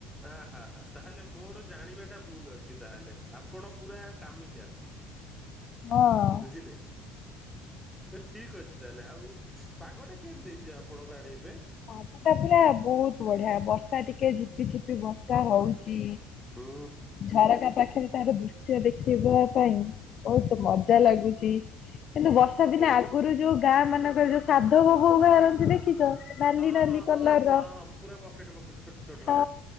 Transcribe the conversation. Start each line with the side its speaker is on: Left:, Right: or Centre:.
Centre: ଅହ ହା ହା ତାହେଲେ ମୋର ଜାଣିବା ଟା ଭୁଲ ଅଛି ତାହେଲେ। ଆପଣ ପୁରା କାମିକା
Left: ହଁ।
Centre: ବୁଝିଲେ ଠିକ ଅଛି ତାହେଲେ ଆଉ ପାଗଟା କେମତି ଦେଇଛି ଆପଣଙ୍କ ଆଡେ ଏବେ?
Left: ଆଗଟା ପୁରା ବହୁତ ବଢିଆ ବର୍ଷା ଟିକେ ଜ ଝିପି ଝିପି ବର୍ଷା ହଉଚ
Centre: ହଁ
Left: ଝରକା ପାଖରେ ତାର ଦୃଶ୍ୟ ଦେଖେଇବା ପାଇଁ ବହୁତ ମଜା ଲାଗୁଛି କିନ୍ତୁ ବର୍ଷା ଦିନେ ଆ ଆଗୁରୁ ଯୋଉ ଗାଁ ମାନଙ୍କରେ ଯୋଉ ସାଧବ ବୋଉ ବାହାରନ୍ତି ଦେଖିଛ? ନାଲି
Centre: ହଁ
Left: ନାଲି
Centre: ହଁ
Left: କଲର ର
Centre: ହଁ ହଁ ପୁରା ବକେଟ ବକେଟ ଛୋଟ ଛୋଟ
Left: ହଁ